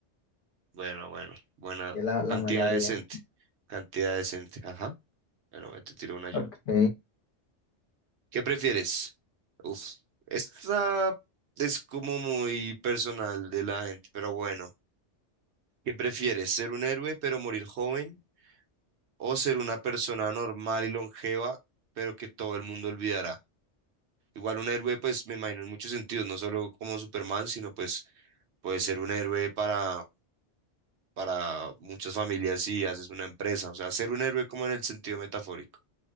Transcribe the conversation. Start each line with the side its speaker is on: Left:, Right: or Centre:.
Right: Bueno, bueno, buena
Left: que es la, la
Right: cantidad
Left: mayoría.
Right: decente, cantidad decente, ajá. Bueno, me te tiro una yo.
Left: Ok.
Right: ¿Qué prefieres? Uf, esta es como muy personal de la gente, pero bueno. ¿Qué prefieres? ¿Ser un héroe pero morir joven? ¿O ser una persona normal y longeva pero que todo el mundo olvidará? Igual un héroe, pues me imagino en muchos sentidos, no solo como Superman, sino pues puede ser un héroe para para muchas familias si haces una empresa, o sea, ser un héroe como en el sentido metafórico.